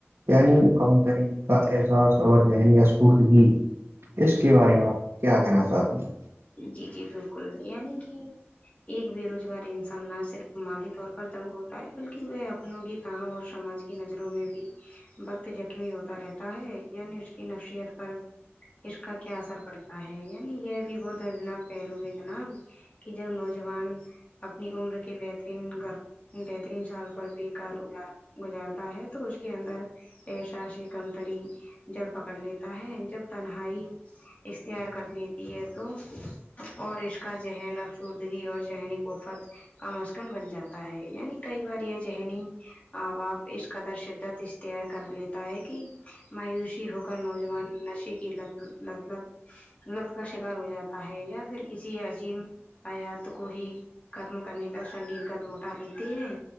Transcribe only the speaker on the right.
یعنی کم ترین کا احساس اور ذہنییا اسپوردگی اس کے بارے میں آپ کیا کہنا چاہتے ہیں